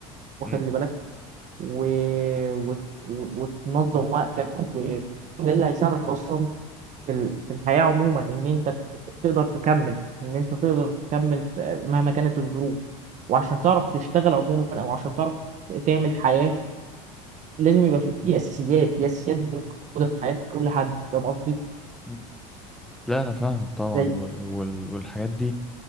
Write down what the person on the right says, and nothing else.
وخلي
بالك و... وت... وتنظم وقتك وده اللي هيساعدك اصلا في ال- في الحياه عموما ان انت تقدر تكمل ان انت تقدر تكمل في- مهما كانت الظروف وعشان تعرف تشتغل عموما او عشان تعرف تعمل حياه لازم يبقى في في اساسيات في اساسيات موجوده في حياه كل حد فاهم قصدي؟
زي